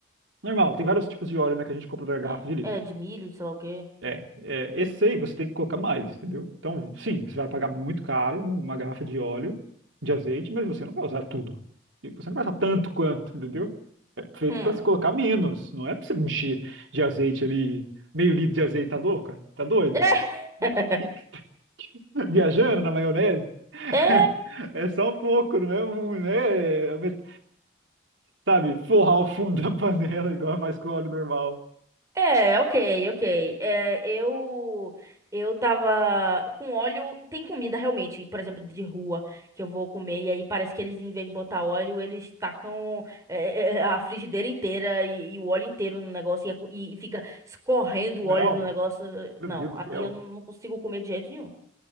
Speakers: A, on the right; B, on the right.
A: Normal, tem vários tipos de óleo, né, que a gente compra da garrafa
B: É,
A: de litro.
B: é de milho, de sei lá o quê.
A: É, é, esse aí você tem que colocar mais, entendeu? Então, sim, você vai pagar muito caro numa garrafa de óleo, de azeite, mas você não vai usar tudo. E você não vai usar tanto quanto, entendeu? É feito
B: Hum.
A: para se colocar menos, não é para você encher de azeite ali, meio litro de azeite, tá louca? Tá doida?
B: <laughs>
A: <laughs> Viajando na maionese? <laughs>
B: É.
A: É só um pouco, não é muito, né? É met- Sabe, forrar o fundo da panela <laughs> igual faz com óleo normal.
B: É, ok, ok. É, eu eu tava com óleo. Tem comida realmente, por exemplo, de rua que eu vou comer e aí parece que eles, em vez de botar óleo, eles tacam é, é, é, a frigideira inteira e, e o óleo inteiro no negócio e, a co- e- e fica escorrendo
A: Não,
B: o óleo do negócio.
A: meu
B: Não,
A: Deus do
B: ali
A: céu,
B: eu não consigo comer de jeito nenhum.